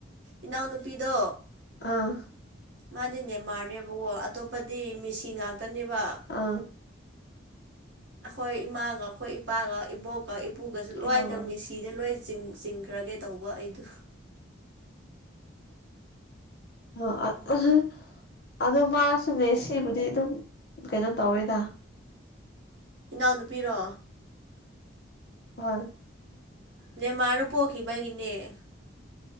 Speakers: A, on the right; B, on the left.
A: ꯏꯅꯥꯎꯅꯨꯄꯤꯗꯣ
B: ꯑꯥ
A: ꯃꯥꯗꯤ ꯅꯦꯃꯥꯔꯅꯦꯕꯀꯣ ꯑꯇꯣꯞꯄꯗꯤ ꯃꯦꯁꯤ ꯉꯥꯛꯇꯅꯦꯕ
B: ꯑꯥ
A: ꯑꯩꯈꯣꯏ ꯏꯃꯥꯒ ꯑꯩꯈꯣꯏ ꯏꯄꯥꯒ ꯏꯕꯣꯛꯀ ꯄꯨ ꯒꯁꯨ
B: ꯑ
A: ꯂꯣꯏꯅ ꯃ‌ꯦꯁꯤꯗ ꯂꯣꯏꯅ ꯆꯤꯡꯈ꯭ꯔꯒꯦ ꯇꯧꯕ ꯑꯩꯗꯨ
B: ꯑꯣ ꯑꯗꯨ ꯃꯥꯁꯨ ꯃ‌ꯦ ꯁꯤꯕꯨꯗꯤ ꯑꯗꯨꯝ ꯀꯩꯅꯣ ꯇꯧꯋꯦꯗ
A: ꯏꯅꯥꯎꯅꯨꯄꯤꯔꯣ
B: ꯍꯣꯏ
A: ꯅꯦꯃꯥꯔꯗ‌ꯣ ꯄꯣꯈꯤꯕꯒꯤꯅꯦ